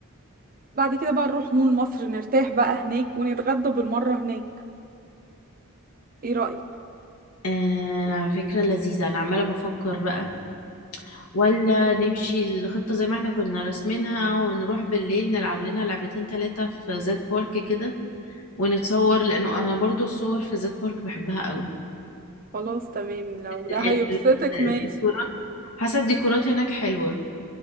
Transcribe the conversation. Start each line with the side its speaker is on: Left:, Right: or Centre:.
Right: بعد كده بقى نروح مول مصر نرتاح بقى هناك ونتغدى بالمرة هناك ايه رأيك
Left: آه، فكره لذيذه انا عماله بفكر بقى ولا نمشي الخطة زي ما احنا كنا راسمينها ونروح بالليل نلعب لنا لعبتين ثلاثة في زاد بارك كده ونتصور لأنه أنا برضو الصور في زاد بارك بحبها قوي
Right: خلاص تمام لو ده
Left: ال-
Right: هيبسطك
Left: ال- الديكورات
Right: ماشي
Left: حاسة الديكورات هناك حلوة